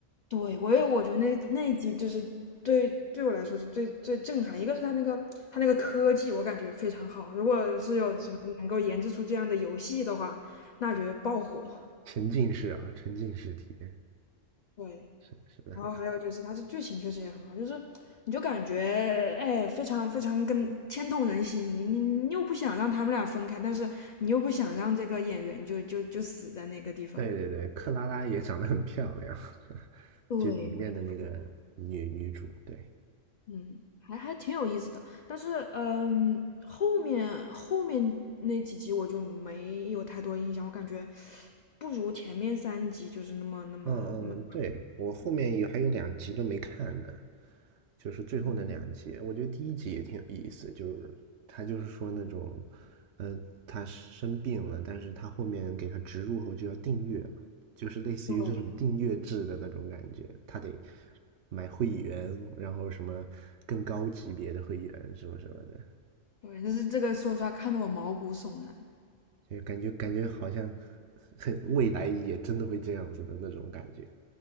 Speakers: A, on the left (about 65°); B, on the right (about 65°).
A: 对，我也我觉得那那一集就是对对我来说是最最震撼，一个是他那个他那个科技，我感觉非常好。如果是有什么能够研制出这样的游戏的话，那绝对爆火。
B: 沉浸式啊，沉浸式体验，
A: 对，
B: 是的是的，
A: 然后还有就是它的剧情确实也很好，就是你就感觉哎非常非常跟牵动人心，你你你又不想让他们俩分开，但是你又不想让这个演员就就就死在那个地方。
B: 对对对，克拉拉也长得很漂亮，<laughs>
A: 对，
B: 就里面的那个女女主，
A: 没错。
B: 对，
A: 嗯，还还挺有意思的，但是嗯，后面后面那几集我就没有太多印象，我感觉不如前面三集就是那么那么那么，
B: 嗯嗯，对，我后面也还有两集都没看呢，就是最后那两集，
A: 嗯，
B: 我觉得第一集也挺有意思，就是他就是说那种，呃，他生病了，但是他后面给他植入后就要订阅嘛就是类似于这种订阅制的那种感觉，
A: 对
B: 他得买会员，然后什么更高级别的会员什么什么的，
A: 对，但是这个说实话看得我毛骨悚然。
B: 就感觉感觉好像很未来也真的会这样子的那种感觉。